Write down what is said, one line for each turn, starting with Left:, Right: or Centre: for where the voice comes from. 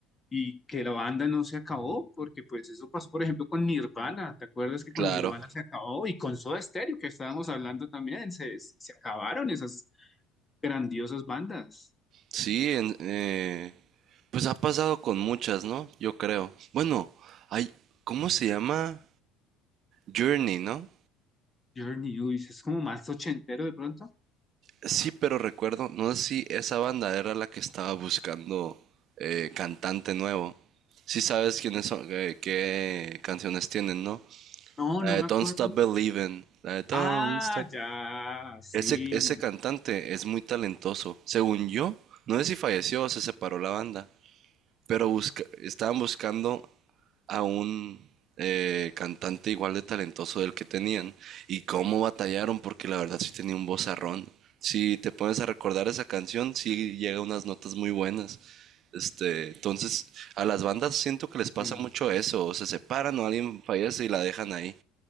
Left: y que la banda no se acabó, porque pues eso pasó, por ejemplo, con Nirvana, ¿te acuerdas que con
Right: Claro.
Left: Nirvana se acabó? Y con Soda Stereo, que estábamos hablando también, se, se acabaron esas grandiosas bandas.
Right: Sí, en- eh, pues ha pasado con muchas, ¿no? Yo creo. Bueno, hay, ¿cómo se llama? Journey, ¿no?
Left: Journey, uy, es como más ochentero de pronto.
Right: Sí, pero recuerdo, no sé si esa banda era la que estaba buscando eh, cantante nuevo. Sí sabes quiénes son, eh, qué canciones tienen, ¿no?
Left: No, no
Right: La de
Left: me
Right: Don't
Left: acuerdo
Right: Stop
Left: mucho.
Right: Believing, la de Don't
Left: Ah,
Right: Stop.
Left: ya, sí.
Right: Ese, ese cantante es muy talentoso. Según yo, no sé si falleció o se separó la banda. Pero busca- estaban buscando a un eh, cantante igual de talentoso del que tenían. Y cómo batallaron, porque la verdad sí tenía un vozarrón. Si te pones a recordar esa canción, sí llega a unas notas muy buenas. Este, entonces, a las bandas siento que les pasa
Left: sí.
Right: mucho eso. O se separan o alguien fallece y la dejan ahí.